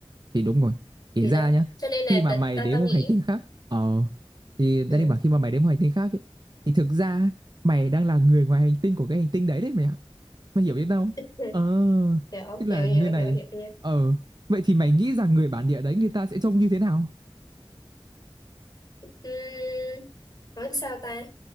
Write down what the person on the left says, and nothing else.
Gì
đó.
Cho nên
là
ta
ta,
ta nghĩ
ừ.
<laughs>
Hiểu,
hiểu, hiểu,
hiểu, hiểu nha.
Ừm, nói sao ta?